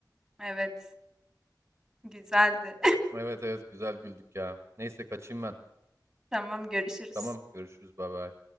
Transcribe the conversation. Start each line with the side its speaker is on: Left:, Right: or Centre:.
Centre: Evet. Güzeldi.
Right: Evet evet güzel güldük ya. Neyse kaçayım ben.
Centre: <laughs> Tamam görüşürüz.
Right: Tamam görüşürüz bay bay.